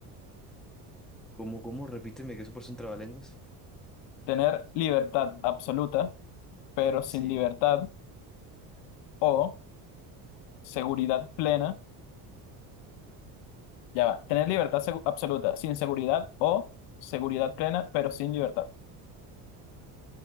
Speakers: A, in the centre; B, on the left.
A: ¿Cómo, cómo? Repíteme que eso parece un trabalenguas.
B: Tener libertad absoluta pero sin
A: Sí.
B: libertad. O seguridad plena, ya va, tener libertad segu- absoluta sin seguridad o seguridad plena pero sin libertad.